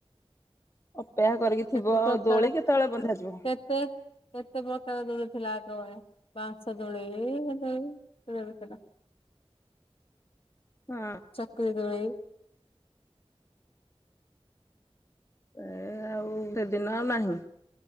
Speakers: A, on the left; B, on the left.
A: ଅପେକ୍ଷା କରିକି ଥିବ
B: କେତେ ପ୍ରକାର
A: ଆଉ ଦୋଳି କେତେବେଳେ ବନ୍ଧାଯିବ।
B: କେତେ କେତେ ପ୍ରକାର ଦୋଳି ଥିଲା ଆଗ ବେଳେ। ବାଉଁଶ ଦୋଳି ଇଏ ଦୋଳି କେତେ ଥିଲା।
A: ହଁ
B: ଚକିରି ଦୋଳି
A: ସେ ଆଉ ସେଦିନ ଆଉ ନାହିଁ।